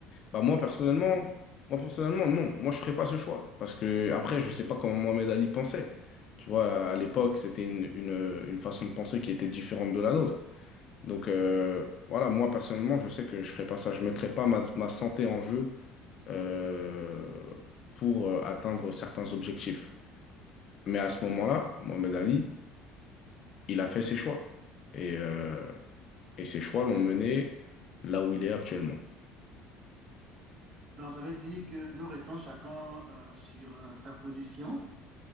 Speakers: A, on the left; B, on the right.
A: Bah moi personnellement, moi personnellement non, moi je ferais pas ce choix parce que après je sais pas comment Mohamed Ali pensait. Tu vois, à l'époque, c'était une, une, une façon de penser qui était différente de la nôtre. Donc euh, voilà, moi personnellement, je sais que je ferais pas ça. Je mettrais pas ma, ma santé en jeu euh, pour euh, atteindre certains objectifs. Mais à ce moment-là, Mohamed Ali, il a fait ses choix. Et, euh, et ses choix l'ont mené là où il est actuellement.
B: Donc, ça veut dire que nous restons chacun euh, sur euh, sa position,